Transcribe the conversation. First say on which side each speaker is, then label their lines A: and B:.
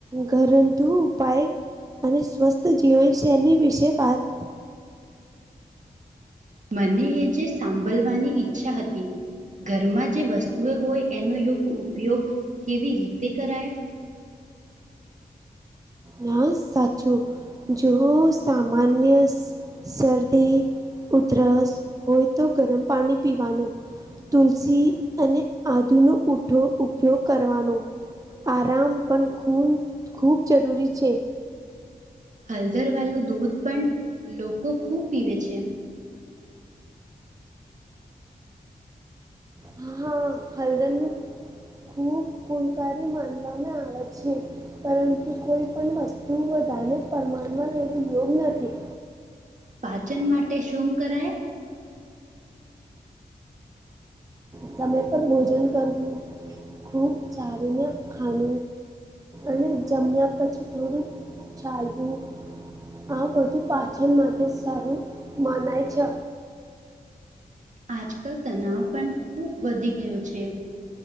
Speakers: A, on the right; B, on the right.
A: ઘરંધું ઉપાય અને સ્વસ્થ જીવનશૈલી વિશે વાત
B: મને એ જે સાંભળવાની ઈચ્છા હતી ઘરમાં જે વસ્તુઓ હોય એનો યોગ્ય ઉપયોગ કેવી રીતે કરાય
A: ના સાચું જો સામાન્ય શરદી ઉધરસ હોય તો ગરમ પાણી પીવાનું તુલસી અને આદુનો ઊઠો ઉપયોગ કરવાનો આરામ પણ ખૂન ખૂબ જરૂરી છે
B: હળદરવાલું દૂધ પણ લોકો ખૂબ પીવે છે
A: હા હા હલદરું ખૂબ ગુણકારી માનવામાં આવે છે પરંતુ કોઈ પણ વસ્તુ બધાને પરમાણમાં લેવી યોગ નથી
B: પાચન માટે શું કરાય
A: સમય પર ભોજન કરવું ખૂબ ચાવીને ખાન અને જમ્યા પછી થોડું ચાલવું આ બધું પાચન માટે સારું મનાય છે
B: આજકાલ તનાાવ પણ ખુબ વધી ગયો છે